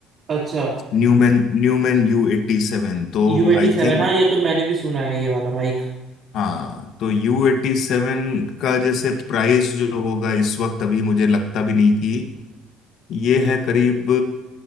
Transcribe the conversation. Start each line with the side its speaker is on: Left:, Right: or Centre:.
Right: अच्छा
Left: न्यूमैन न्यूमैन यू एटी सेवन तो
Right: यू एटी
Left: आई
Right: सेवन
Left: थिंक
Right: हाँ ये तो मैंने भी सुना है ये वाला माइक
Left: हाँ तो यू एटी सेवन का जैसे प्राइस जो होगा इस वक्त अभी मुझे लगता भी नहीं कि ये है करीब